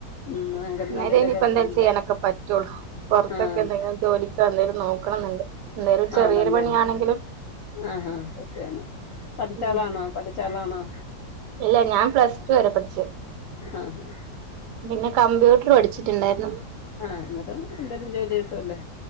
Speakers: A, on the left (about 65°); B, on the right (about 70°).
A: ഉം അംഗൻവാടിയിലൊക്കെ
B: അന്നേര ഇനിയിപ്പ എന്തേലും
A: പോകുമ്പോ
B: ചെയ്യാനൊക്കെ പറ്റുള്ളൂ പൊറത്തൊക്കെ
A: ആഹ്
B: എന്തെങ്കിലും ജോലി എന്തേലും നോക്കണന്നുണ്ട് എന്തേലും ചെറിയൊരു
A: ആ നല്ലന്നെ
B: പണിയാണെങ്കിലും
A: ആ ആ സത്യാണ് പഠിച്ചആളാണോ
B: ഉം
A: പഠി ച്ചാളാണോ?
B: ഇല്ല ഞാൻ പ്ലസ് ടു വരെ പഠിച്ചു
A: ആഹാ
B: പിന്നെ കമ്പ്യൂട്ടർ പഠിച്ചിട്ടുണ്ടായിരുന്നു
A: ആ ന്നിട്ട് എന്തേലും ജോലി കിട്ടുമല്ലേ?